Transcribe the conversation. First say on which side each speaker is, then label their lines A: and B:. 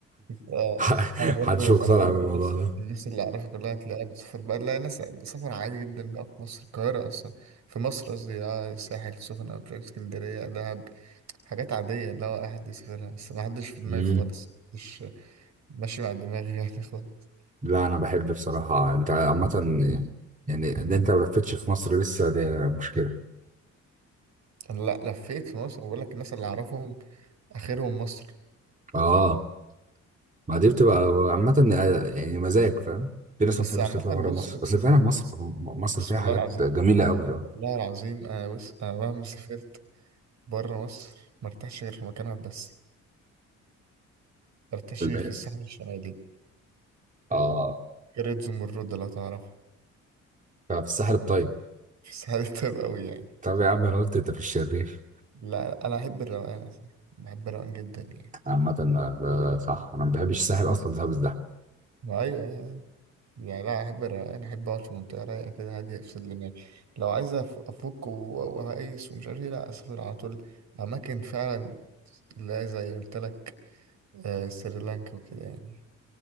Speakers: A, on the right (about 65°); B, on the right (about 25°).
A: أنت
B: <laughs>
A: أنا برضو
B: محدش مقتنع
A: أنا برضو
B: بالموضوع
A: الناس
B: ده
A: الناس اللي أعرفها كلها تلاقيها بتسافر بقى لا ناس سفر عادي جدا بقى في مصر القاهرة أصلا في مصر قصدي آه الساحل السخنة مش عارف اسكندرية دهب حاجات عادية اللي هو أي حد يسافرها بس ما حدش في دماغي
B: امم
A: خالص مش ماشي مع دماغي <laughs> يعني خالص
B: لا انا بحب بصراحه انت عامه يعني ان انت ما لفتش في مصر لسه دي مشكله
A: أنا لا لفيت في مصر بقول لك الناس اللي أعرفهم آخرهم مصر
B: اه ما دي بتبقى عامه يعني مزاج فاهم في ناس
A: بس
B: ما بتحبش
A: عامة
B: تطلع بره
A: بص
B: مصر
A: أقسم
B: اصل فعلا
A: بالله
B: مصر مصر
A: بسم
B: فيها حاجات
A: الله العظيم
B: جميله قوي اه
A: والله العظيم أنا بص أنا مهما سافرت برا مصر مرتاحش غير في مكان واحد بس مرتاحش
B: بالبعد.
A: غير في الساحل الشمالي
B: اه
A: قرية زمرد لو تعرفها
B: طب الساحل الطيب
A: في الساحل الطيب أوي يعني
B: طب يا عم انا قلت انت في الشرير
A: لا أنا أحب الروقان أصلا بحب الروقان جدا يعني
B: عامة ده ده صح انا ما بحبش الساحل اصلا بسبب الزحمة
A: ما أيوه أيوة. أيوه. يعني لا أحب الروقان أحب أقعد في منطقة رايقة كده هادية أفصل دماغي لو عايز أف- أفك و- وهقيس ومش عارف إيه لا أسافر على طول أماكن فعلا لا زي قلت لك آه، سريلانكا وكده يعني